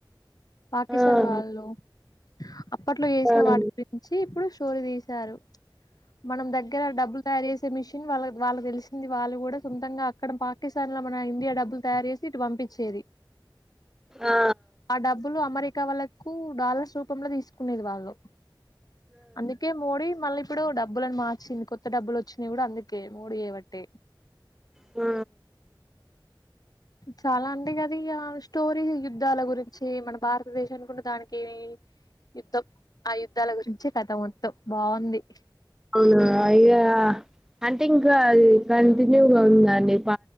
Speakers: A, on the left; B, in the centre.
A: పాకిస్తాన్
B: ఆహా!
A: వాళ్ళు అప్పట్లో చేసిన
B: ఆ
A: వాటి గురించి ఇప్పుడు స్టోరీ తీశారు మనం దగ్గర డబ్బులు తయారు మిషన్ వా వాళ్ళ తెలిసింది వాళ్ళు కూడా సొంతంగా అక్కడ పాకిస్తాన్ లో మన ఇండియా డబ్బులు తయారు చేసి ఇటు పంపి పిచేది
B: ఆ
A: ఆ డబ్బులు అమరి కా వాళ్లకు డాలర్స్ రూపంలో తీసుకునేది వాళ్ళు అందుకే మోడీ మళ్ళీ ఇప్పుడు డబ్బులులను మార్చింది కొత్త డబ్బులు వచ్చినయి కూడా అందుకే మోడీ ఏ బట్టే
B: ఆ
A: చాలా అంటే ఇగ అదిగా స్టోరీ యుద్ధాల గురించి మన భారతదేశానికి ఉన్న దానికి యుద్ధం ఆ యుద్ధాల గురించి కథ మొత్తం బాగుంది
B: అవునా ఇగా అంటే ఇంకాది కంటిన్యూగా ఉందండి